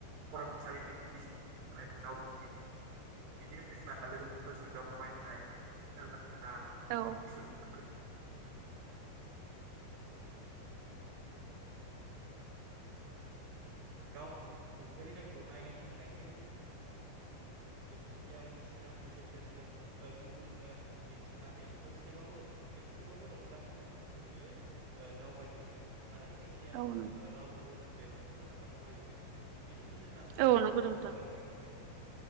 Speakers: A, on the right (about 60°); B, on the right (about 85°).
A: फरायसालि <unintelligible> बिदिनो जोंना लोगोफोरजों दावबायनाय सोरबा
B: औ
A: न'नि सुबुं <unintelligible> गाव नुफेरै जायगाखौ नायनो थांनायजों ससे बायदिसिनानि गेजेरजों गुबुननो दिन्थिनानै दसेबाबो एसेबाबो रंजाहोनो थाखाय बियो दावबायहैनो आरो खायसेयाथ'
B: औ
A: राव धोरोम बेफोरखौ लाना दावबायो बिदिनो जोंना गोबां
B: औ नंगौ
A: रोखोमनि
B: नोंथां
A: दावबायनो हायो औ